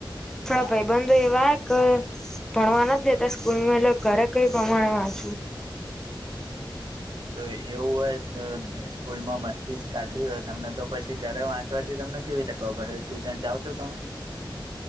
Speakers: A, in the centre; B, on the right.
A: થોડા
B: ના
A: ભાઈ બંધો એવા ભણવા નથી દેતા સ્કૂલમાં એટલે ઘરે કઈ પ્રમાણે વાંચું
B: તો એવું હોય સ્કૂલ માં મસ્તી જ કાઢવી હોય તમને તો પછી ઘરે વાંચવાથી તમને કેવી તખવા પી ટ્યુશન જાવ છો તમે